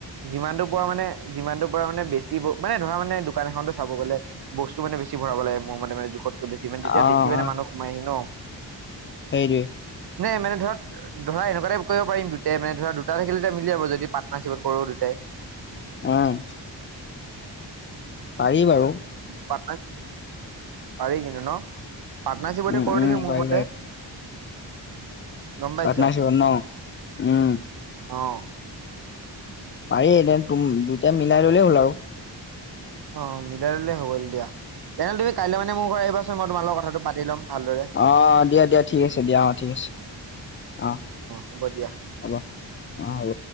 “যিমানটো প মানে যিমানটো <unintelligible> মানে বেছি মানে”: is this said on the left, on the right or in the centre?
Right